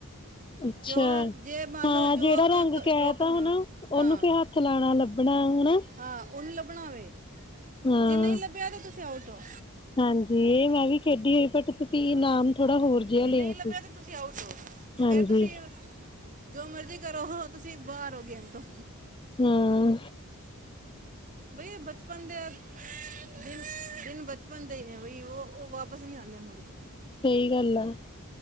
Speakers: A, on the left; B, on the right.
A: ਅੱਛਾ
B: ਜੋ ਜੇ ਮੰਨ
A: ਹਾਂ
B: ਲਓ ਜੋ
A: ਜਿਹੜਾ
B: ਕ
A: ਰੰਗ ਕਹਿ
B: ਜੋ ਕ
A: ਤਾ
B: ਹਾਂ
A: ਹਨਾ ਉਹਨੂੰ
B: ਹਾਂ
A: ਫੇਰ ਹੱਥ ਲਾਉਣਾ ਲੱਭਣਾ ਹਨਾ
B: ਹਾਂ ਉਹਨੂੰ ਲੱਭਣਾ ਵੈ ਤੇ
A: ਹਾਂ
B: ਜੇ ਨਹੀਂ ਲੱਭਿਆ ਤੇ ਤੁਸੀਂ ਆਊ ਟ ਹੋ
A: ਹਾਂਜੀ ਇਹ ਮੈਂ ਵੀ ਖੇਡੀ ਹੋਈ ਬਟ ਤੁਸੀਂ
B: ਹਾਂ
A: ਇਨਾਮ ਥੋੜਾ ਹੋਰ ਜਿਹਾ
B: ਜੇ
A: ਲਿਆ
B: ਨਹੀਂ ਲੱਭਿਆ
A: ਸੀ
B: ਤਾਂ ਤੁਸੀਂ ਆਊਟ ਹੋ
A: ਹਾਂਜੀ
B: ਫਿਰ ਤੁਸੀਂ ਜੋ ਮਰਜ਼ੀ ਕਰੋ ਤੁਸੀਂ ਬਾਹਰ ਹੋ ਗੇਮ ਤੋਂ
A: ਹਾਂ
B: ਬਈ ਬਚਪਨ ਦੇ ਦਿਨ ਦਿਨ ਬਚਪਨ ਦੇ ਹੀ ਨੇ ਬਈ ਉਹ ਉਹ ਵਾਪਸ ਨਹੀਂ ਆਂਦੇ ਮੁੜ ਕੇ
A: ਸਹੀ ਗੱਲ ਆ